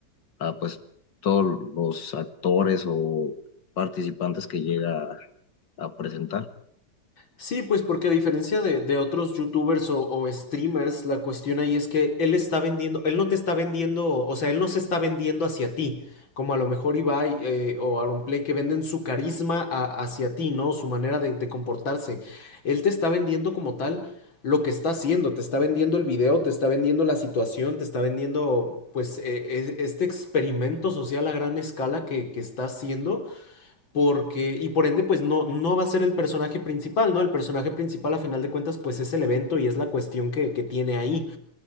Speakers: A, on the left (about 70°); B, on the left (about 85°).
A: a, pues todos los actores o participantes que llega a, a presentar.
B: Sí, pues porque a diferencia de, de otros youtubers o, o streamers, la cuestión ahí es que él está vendiendo, él no te está vendiendo, o sea, él no se está vendiendo hacia ti, como a lo mejor Ibai eh, o Aaron Play que venden su carisma a- hacia ti, ¿no? Su manera de, de comportarse. Él te está vendiendo como tal lo que está haciendo, te está vendiendo el video, te está vendiendo la situación, te está vendiendo pues eh, e- este experimento social a gran escala que, que está haciendo porque, y por ende, pues no, no va a ser el personaje principal, ¿no? El personaje principal, a final de cuentas, pues es el evento y es la cuestión que, que tiene ahí.